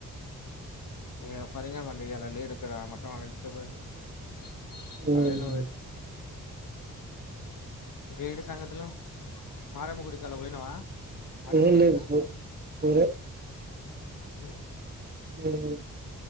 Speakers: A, on the left; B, on the right.
A: లా పరి కా మళ్ళీ ఇలా లేడు ఇక్కడ మొత్తం వాళ్ ఇంటిక పోయి లేడు
B: ఉమ్
A: అవే నువ్వు. ఇంకా ఏంటి సంగతులు. మారమ్మ గుడికిలా పోయినావా మారమ్మ
B: ఏం
A: గుడేనా.
B: లేదు బ్రో ఊరే
A: హ
B: ఉ.